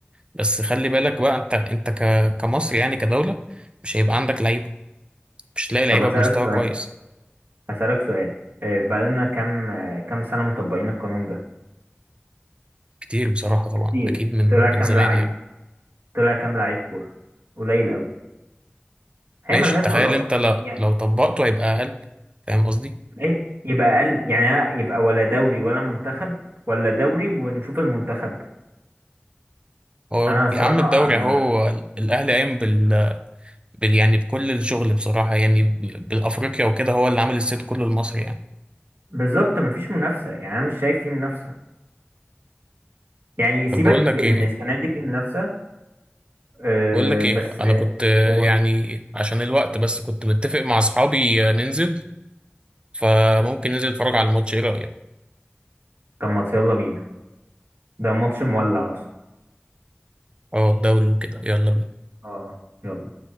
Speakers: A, on the right; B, on the right.
A: بس خلي بالك بقى انت انت ك- كمصري يعني كدوله مش هيبقى عندك لعيبه مش تلاقي لعيبه
B: طب اسالك
A: بمستوى
B: سؤال
A: كويس
B: اسالك سؤال آه، بقالنا كام آه، كام سنه مطبقين القانون ده
A: كتير بصراحه طبعا
B: كتير
A: اكيد من
B: طلع
A: من
B: كام
A: زمان
B: لعيب
A: يعني
B: طلع كام لعيب كورة قليل قوي هي
A: ماشي
B: ملهاش
A: تخيل
B: علاقة
A: انت لا
B: يعني
A: لو طبقته هيبقى اقل فاهم قصدي
B: إيه؟ يبقى أقل يعني يبقى ولا دوري ولا منتخب ولا دوري ونشوف المنتخب
A: هو
B: أنا صراحة
A: يا عم الدوري
B: أنا
A: اهو الاهلي قايم بال... بال يعني بكل الشغل بصراحه يعني ب- بالافريقيا وكده هو اللي عامل الست كله المصري يعني
B: بالظبط مفيش منافسة يعني أنا مش شايف فيه منافسة يعني سيبك
A: طب بقول لك
B: إن
A: ايه
B: السنة دي فيه منافسة أه
A: بقول لك ايه
B: بس
A: انا
B: آه،
A: كنت آه،
B: قول.
A: يعني عشان الوقت بس كنت متفق مع اصحابي آه، ننزل فممكن ننزل نتفرج على الماتش ايه رايك
B: طب ما يلا بينا ده ماتش مولع أصلا
A: اه الدوري وكده يلا بينا
B: اه يلا